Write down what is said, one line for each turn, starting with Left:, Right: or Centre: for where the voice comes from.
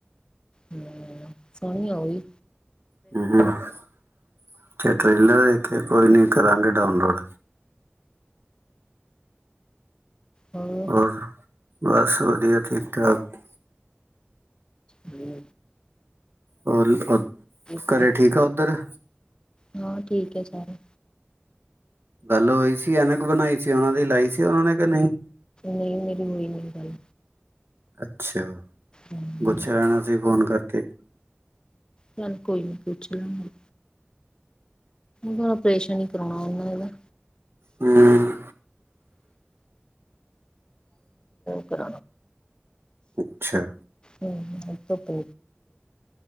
Left: ਹਮ ਸੋਹਣੀ ਆਈ।
Right: ਅਤੇੇ ਟ੍ਰੇਲਰ ਦੇ ਕੇ ਕੋਈ ਨਹੀਂ ਕਰਾਂਗੇ ਡਾਊਨਲੋਡ
Left: ਹਾਂ
Right: ਹੋਰ ਬਸ ਵਧੀਆ ਠੀਕ ਠਾਕ
Left: ਹਮ
Right: ਔਰ
Left: ਪੂਰੀ
Right: ਘਰ ਠੀਕ ਆ ਉੱਦਰ
Left: ਹਾਂ ਠੀਕ ਹੈ ਸਾਰੇ
Right: ਗੱਲ ਹੋਈ ਸੀ ਐਨਕ ਬਣਾਈ ਸੀ ਉਹਨਾਂ ਦੀ ਲਾਈ ਸੀ ਉਹਨਾਂ ਨੇ ਕਿ ਨਹੀਂ
Left: ਨਹੀਂ ਮੇਰੀ ਹੋਈ ਨ ਗੱਲ
Right: ਅੱਛਾ
Left: ਹਮ
Right: ਪੁੱਛਿਆ ਲੈਣਾ ਸੀ ਫ਼ੋਨ ਕਰਕੇ
Left: ਚੱਲ ਕੋਈ ਨੀ ਪੁੱਛ ਲਾਂਗੇ। ੜਾ ਪਰੇਸ਼ਨ ਈ ਕਰਾਉਣਾ ਉਹਨਾ ਇਹਦਾ
Right: ਹੂੰ
Left: ਕਰ
Right: ਅੱਛਾ
Left: ਹਮ ਤਾਂ ਪ